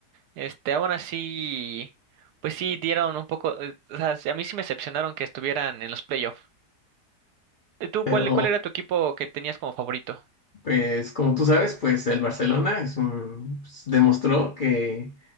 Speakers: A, on the right; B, on the left.
A: este, aún así, pues sí dieron un poco, eh, o sea, sí, a mí sí me decepcionaron que estuvieran en los playoffs. Eh, ¿Tú
B: pero
A: cuál, cuál era tu equipo que tenías como favorito?
B: Pues como tú sabes, pues el Barcelona es un- pues, demostró que